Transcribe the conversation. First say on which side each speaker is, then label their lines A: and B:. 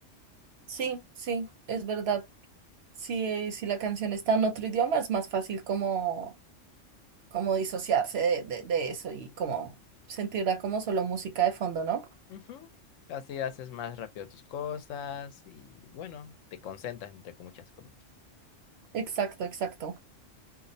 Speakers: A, on the right; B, on the left.
A: Sí, sí, es verdad. Si, eh, si la canción está en otro idioma, es más fácil como, como disociarse de, de, de eso y como sentirla como solo música de fondo, ¿no?
B: Ujú. Así haces más rápido tus cosas y bueno, te concentras entre muchas comillas.
A: Exacto, exacto.